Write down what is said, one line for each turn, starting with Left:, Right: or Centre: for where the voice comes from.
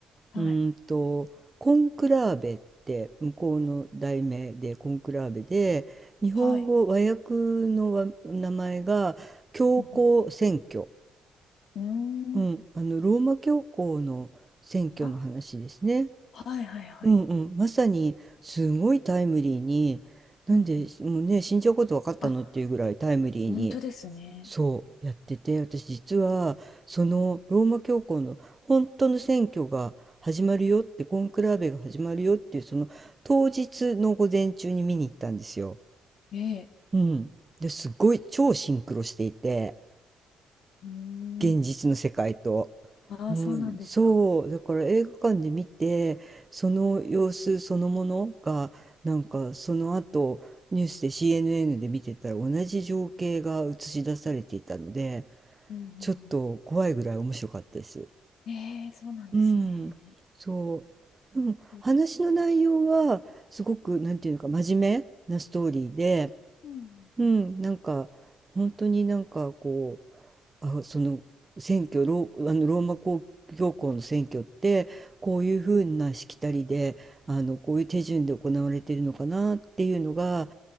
Left: はい。
Right: うーんと、コンクラーベって向こうの題名でコンクラーベで、日本語和訳のわ名前が教皇選挙。
Left: はい。うん。うんうーん
Right: うん、あの、ローマ教皇の選挙の話ですね。
Left: あ、はいはいはい。
Right: うんうん、まさにすごいタイムリーに、なんでもうね、
Left: うんうん。
Right: 死んじゃうこと分かったのっていうぐらいタイムリーに
Left: あ、本当ですね。
Right: そうやってて、私実はそのローマ教皇の本当の選挙が始まるよって、コンクラーベが始まるよっていうその当日の午前中に見に行ったんですよ。
Left: ええ。
Right: うん。で、すっごい超シンクロしていて、
Left: うー
Right: 現実の世界と。
Left: ん。ああ、
Right: うん、
Left: そうなんですか。
Right: そうだから映画館で見てその様子そのものがなんかその後ニュースで CNN で見てたら同じ情景が映し出されていたので
Left: うんうんう
Right: ちょっと怖いぐらい面白かったです。
Left: ん。ええ、そうなんですね。
Right: うん、そう。でも話の内容はすごくなんていうのか真面目なストーリーで、
Left: そう。うんうん
Right: うん、なんか本当になんかこあその選挙ロー、あのローマ公教皇の選挙ってこういうふうなしきたりであのこういう手順で行われているのかなっていうのが